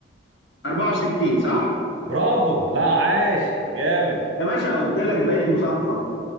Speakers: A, on the left; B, on the right.
A: 64 صح
B: برافو لا عاش جامد
A: يا باشا قلت لك بقيت مثقف